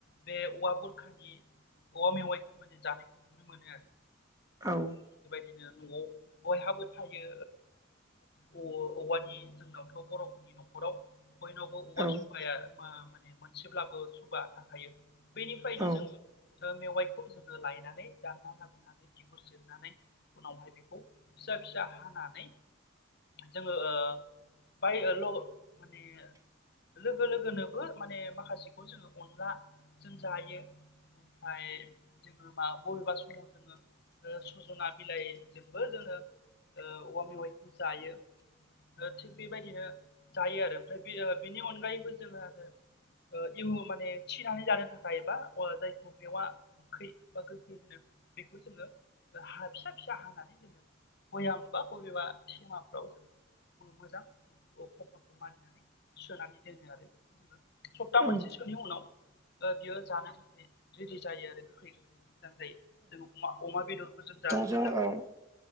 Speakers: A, on the left; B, on the right.
A: बे औवा बुरखानि औवा मेवाइनि जानायखौ नुनो मोनो आरो।
B: औ
A: दिनो न'आव बयहाबो थायो ओ औवानि जोंनावथ' बर'फोरनि न'खराव बयनावबो औवा
B: औ
A: सुबाया <unintelligible> बे मोनसेब्लाबो सुबा थाखायो। बेनिफायनो
B: औ
A: जोङो ओ मेवाइखौ जों लायनानै दानना लाबोनानै बिगुर सेरनानै उनावहाय बेखौ फिसा-फिसा हानानै जोङो ओ बाय ल' माने लोगो-लोगोनोबो माने माखासेखौ जोङो अनलाजों जायो ओमफाय जोङो मा बबेबा समाव जोङो सजना बिलाइजोंबो जोङो ओ औवा मेवाइखौ जायो। ओ थिग बेबायदिनो जायो आरो। ओमफ्राय बे ओ बिनि अनगायैबो जोङो ओ इउन माने थिनानै जानो थाखाय बा जायखौ मेवा खै बा गोखै होनो बेखौ जोङो हा फिसा फिसा हानानै जोङो बयामबा बबेबा थेमाफ्राव जोङो मोजां खफाखौ मारिनानै सोनानै दोनो आरो। सप्ता
B: औ
A: मोनसेसोनि उनाव बियो जानो थाखाय रेडि जायो आरो गोखै मोजां जायो जों अमा-अमा बेदरखौ जों जानो
B: जों
A: मोजां
B: आं